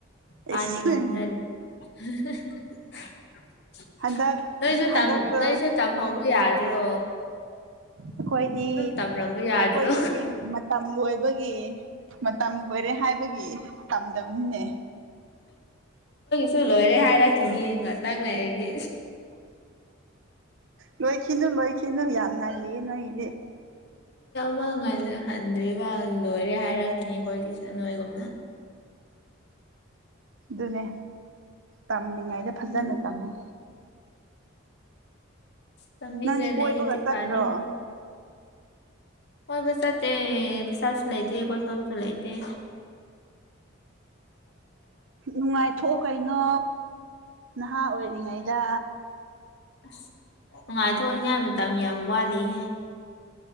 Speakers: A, on the right; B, on the left.
A: ꯑꯦꯁ
B: ꯀꯥꯅꯤꯡꯗꯕꯅ <unintelligible>
A: ꯍꯟꯗꯛ
B: <inaudible> ꯅꯣꯏꯁꯨ
A: ꯍꯟꯗꯛꯇ
B: ꯇꯝ ꯅꯣꯏꯁꯨ ꯇꯝꯍꯧꯕ ꯌꯥꯗ꯭ꯔꯣ
A: ꯑꯩꯈꯣꯏꯗꯤ
B: ꯑꯗꯨꯝ ꯇꯝꯔꯝꯕ ꯌꯥꯗ꯭ꯔꯣ
A: ꯑꯩꯈꯣꯏꯒꯤ ꯃꯇꯝ ꯂꯣꯏꯕꯒꯤ ꯃꯇꯝ ꯂꯣꯏꯔꯦ ꯍꯥꯏꯕꯒꯤ ꯇꯝꯗꯕꯅꯤꯅꯦ
B: ꯁꯨ ꯂꯣꯏꯔꯦ ꯍꯥꯏꯔꯛꯈꯤꯅꯤ ꯉꯥꯇꯪ ꯂꯩꯔꯗꯤ
A: ꯂꯣꯏꯈꯤꯅꯨ ꯂꯣꯏꯈꯤꯅꯨ ꯌꯥꯝ ꯉꯜꯂꯤꯌꯦ ꯅꯣꯏꯒꯤꯗꯤ
B: ꯕꯛ ꯉꯟꯅ ꯍꯟꯗ꯭ꯔꯤꯕ ꯂꯣꯏꯔꯦ ꯍꯥꯏꯔꯛꯈꯤꯅꯤ ꯑꯩꯈꯣꯏꯒꯤꯁꯨ ꯅꯣꯏꯒꯨꯝꯅ
A: ꯑꯗꯨꯅꯦ ꯇꯝꯂꯤꯉꯥꯏꯗ ꯐꯖꯅ
B: ꯎꯝ
A: ꯇꯝꯃꯨ
B: ꯇꯝꯅꯤꯡꯗ꯭ꯔꯦ
A: ꯅꯪꯗꯤ ꯀꯣꯏꯕꯒ
B: ꯂꯥꯏꯔꯤꯛꯇꯤ
A: ꯆꯠꯇ꯭ꯔꯣ
B: ꯄꯥꯅꯤꯡ ꯀꯣꯏꯕ ꯆꯠꯇꯦ ꯄꯩꯁꯥꯁꯨ ꯂꯩꯇꯦ ꯀꯣꯏ ꯐꯝꯁꯨ ꯂꯩꯇꯦ <inaudible>
A: ꯅꯨꯡꯉꯥꯏꯊꯣꯛꯑꯣ ꯀꯩꯅꯣ ꯅꯍꯥ ꯑꯣꯏꯔꯤꯉꯩꯗ
B: ꯑꯁ ꯅꯨꯡꯉꯥꯏꯊꯣꯛꯅꯤꯡꯉꯥꯏ ꯃꯇꯝ ꯌꯥꯝ ꯋꯥꯠꯂꯤꯍꯦ